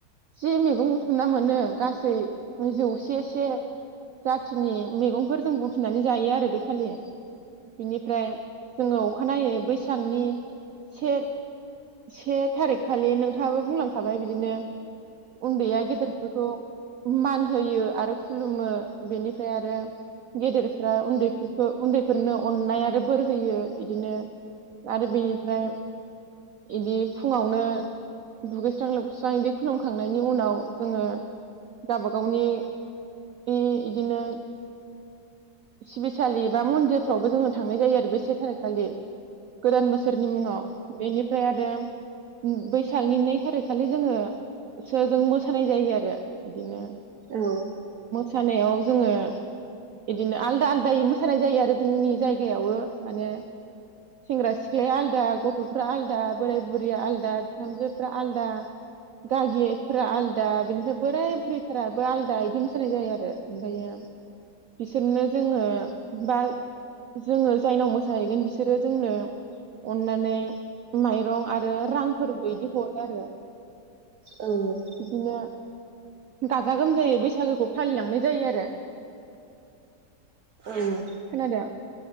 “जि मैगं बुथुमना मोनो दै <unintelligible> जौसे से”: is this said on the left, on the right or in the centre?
Right